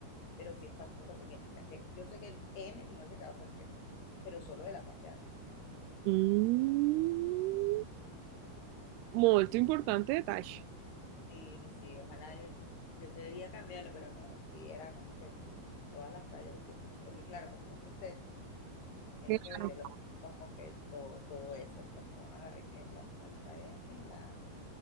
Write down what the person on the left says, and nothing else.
pero sí está un poco pequeño. O sea, que yo sé que el M me hubiese quedado perfecto, pero solo de la parte de arriba.
Sí, sí, ojalá el- yo quería cambiarlo, pero no, y sí, era como que todas las tallas y que, porque claro, como es un set, tienen
que venderlo como que todo, todo ese, pues no agarré que la pantaleta M, la,